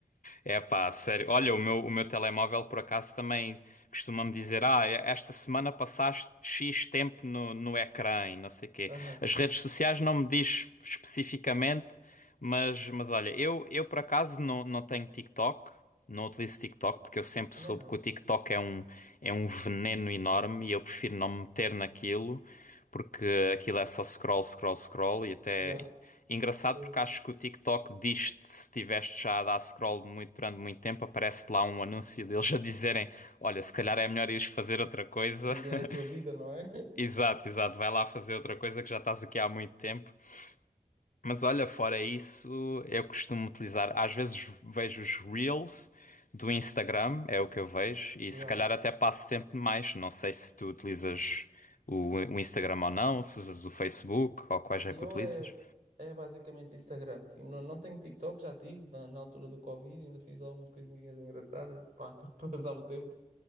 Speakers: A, on the left; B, on the right.
A: É pá, sério. Olha, o meu, o meu telemóvel por acaso também costuma-me dizer: Ah, é, esta semana passaste X tempo no, no ecrã e não sei quê.
B: Aham,
A: As redes sociais não me diz especificamente, mas, mas olha, eu, eu por acaso não, não tenho TikTok, não utilizo TikTok, porque eu sempre
B: também
A: soube
B: não.
A: que o TikTok é um, é um veneno enorme e eu prefiro não me meter naquilo, porque aquilo é só scroll, scroll, scroll e até.
B: E há,
A: Engraçado
B: percebo.
A: porque acho que o TikTok diz-te, se estiveste já a dar scroll muito, durante muito tempo, aparece lá um anúncio deles a dizerem: Olha, se calhar é melhor ires fazer outra coisa.
B: Viver
A: <laughs>
B: a tua vida, não é? <laughs>
A: Exato, exato, vai lá fazer outra coisa que já estás aqui há muito tempo. Mas olha, fora isso, eu costumo utilizar, às vezes vejo os Reels do Instagram, é o que eu vejo, e
B: Yeah.
A: se calhar até passo tempo demais. Não sei se tu utilizas o, o Instagram ou não, se usas o Facebook ou quais é
B: E
A: que
B: eu
A: utilizas.
B: é, é basicamente Instagram, sim. Não, não tenho TikTok, já tive na, na altura do Covid, ainda fiz lá umas coisinhas engraçadas para <laughs> passar o tempo.